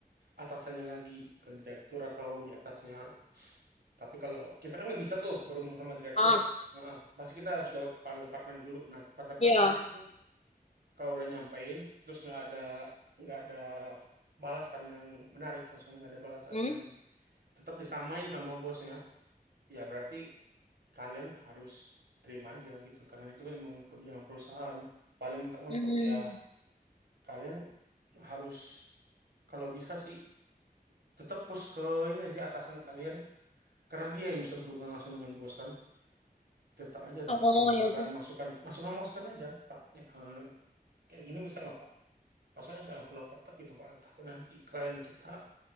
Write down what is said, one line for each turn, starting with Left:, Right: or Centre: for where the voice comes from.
Right: atasannya lagi, ke direktur atau di atasnya. Tapi kalau kita kan nggak bisa tuh berhubung sama direktur.
Left: Ah,
Right: Nah, pasti kita harus lewat kepala departemen dulu. Nah, kepala departemen
Left: ya.
Right: ini kalau udah nyampein, terus nggak ada nggak ada balasan yang menarik, maksudnya nggak ada balasan
Left: Hmm.
Right: yang tetap disamain sama bosnya, ya berarti kalian harus terima aja gitu karena itu memang kebijakan perusahaan paling mentok-mentok
Left: Hmm.
Right: ya kalian harus kalau bisa sih tetap push ke ini sih atasan kalian karena dia yang bisa berhubungan langsung dengan bos kan tetap aja
Left: Oh,
Right: dikasih masukan
Left: ya udah.
Right: masukan masukan masukan aja Pak eh, eh, kayak gini bisa nggak Pak maksudnya jangan terlalu ketat gitu Pak takut nanti klien kita